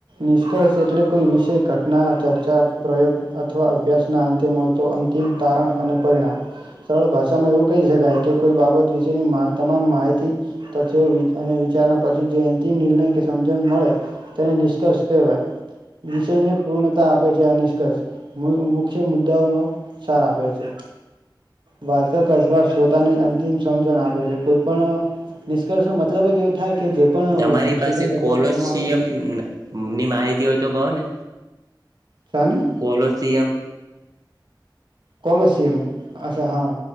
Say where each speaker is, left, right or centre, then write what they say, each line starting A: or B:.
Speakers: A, on the right; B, on the right.
A: નિષ્કર્ષ એટલે કોઈ વિષય ઘટના ચર્ચા પ્રયોગ અથવા અભ્યાસ ના અંતે મળતો અંતિમ તારણ અને પરિણામ સરળ ભાષામાં એવું કહી શકાય કે કોઈ બાબત વિશેની મા તમામ માહિતી <unintelligible> અને વિચારણા પછી જે અંતિમ નિર્ણય કે સમજણ મળે તેને નિષ્કર્ષ કહેવાય વિષયને પૂર્ણતા આપે છે આ નિષ્કર્ષ મુખ્ય મુદ્દાઓનો સાર આપે છે વાચક અથવા શ્રોતાને અંતિમ સમજણ આપે છે કોઈ પણ નિષ્કર્ષ નો મતલબ જ એવો થાય કે જે પણ
B: તમારી
A: સંશોધન
B: પાસે
A: વગેરે
B: કોલોશિયમ
A: કરવામાં આવ્યું
B: ની માહિતી હોય તો કહો ને
A: શાની
B: કોલોસીયમ
A: કોલોસયમ અચ્છા હા